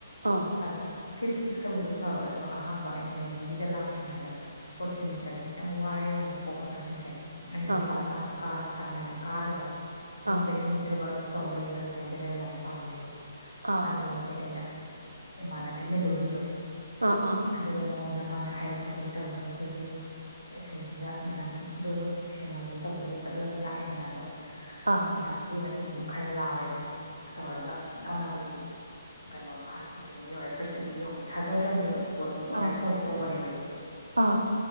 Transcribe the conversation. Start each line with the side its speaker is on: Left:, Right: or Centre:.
Right: ꯑꯥ
Left: ꯑꯗꯣ ꯐꯤꯐ ꯁꯤꯛꯁꯇꯕꯨꯗꯤ ꯐꯕ ꯑꯗꯣ ꯑꯍꯥꯟꯕ ꯑꯩꯅ ꯃꯦꯝꯒꯤꯗ ꯂꯥꯛꯇ꯭ꯔꯤꯉꯩꯗ ꯐꯣꯔꯠ ꯁꯦꯃꯤꯁꯇꯔꯁꯦ ꯈꯤꯇꯪ ꯋꯥꯏꯔꯝꯃꯦꯕꯀꯣ ꯑꯣꯖꯥꯁꯤꯡꯁꯦ ꯑꯩꯅꯁꯨ
Right: ꯑꯥ
Left: ꯀ꯭ꯂꯥꯁ <unintelligible> ꯆꯥꯡ ꯅꯥꯏꯅ ꯀꯥꯗꯕ ꯌꯨꯝꯗ
Right: ꯑꯥ
Left: ꯏꯃꯨꯡꯒꯤ ꯊꯕꯛ ꯑꯗꯨꯝ ꯇꯧꯔ ꯂꯩꯕ ꯍꯥꯏꯇꯥꯔꯦ ꯖꯦꯅꯔꯦꯜ ꯂꯥꯏꯟ ꯄꯥꯝꯗꯦꯕ
Right: ꯑꯥ
Left: ꯑꯗꯨꯕꯨꯗꯤ ꯑꯩꯅ ꯏꯃꯥꯟꯕꯤ ꯃꯦꯂꯣꯗꯤꯗꯣ
Right: ꯑꯥ ꯑꯥ
Left: ꯑꯗꯨꯗ ꯃꯉꯣꯟ ꯑ ꯗ ꯃꯥꯅ ꯍꯥꯏꯔꯛꯄꯗꯒ ꯇꯧꯔꯒ ꯑꯩꯈꯣꯏꯁꯦ ꯏꯁꯩꯁꯤꯗ ꯃꯦꯗꯥꯝꯗꯣ ꯇꯨꯏꯁꯟ ꯂꯧꯋꯅ ꯇꯧꯕꯗꯨꯗ ꯆꯠꯂꯒ ꯂꯥꯛꯑꯦꯗꯅ ꯑꯗꯣ
Right: ꯑꯥ
Left: ꯃꯦꯗꯥꯝꯒꯤ <unintelligible> ꯑꯗꯨꯝ ꯈꯔ ꯌꯥꯎꯔꯦ ꯑꯗꯨꯝ ꯇꯧꯔꯒ ꯆꯤ ꯂꯥꯎꯅꯕꯨꯗꯤ ꯀꯩꯅꯣ ꯐꯥꯔꯁ ꯗꯤꯕꯤꯖꯟ ꯌꯧꯔꯦ ꯐꯥꯔꯁ ꯗꯤꯕꯤꯖꯟ ꯌꯧꯕꯅꯤ ꯊꯥꯖꯗ꯭ꯔꯕꯅꯦꯕ ꯕꯣꯠꯅꯤ ꯑꯣꯅꯔꯁ
Right: ꯑꯥ
Left: ꯇꯧꯒꯦ ꯇꯧꯕꯅꯦꯕ ꯑꯩꯁꯦ
Right: ꯑꯥ